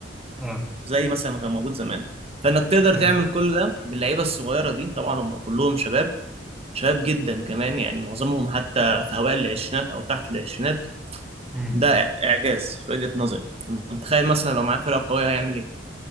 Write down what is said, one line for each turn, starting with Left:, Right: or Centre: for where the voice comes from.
Centre: اه
Right: زي مثلا ما كان موجود زمان فانك تقدر
Centre: طيب.
Right: تعمل كل ده باللعيبة الصغيرة دي طبعا هم كلهم شباب شباب جدا كمان يعني معظمهم حتى في هوائل العشرينات او تحت العشرينات
Centre: مم.
Right: ده اعجاز في وجهة نظري تخيل مثلا لو معاه فرقة قوية هيعمل ايه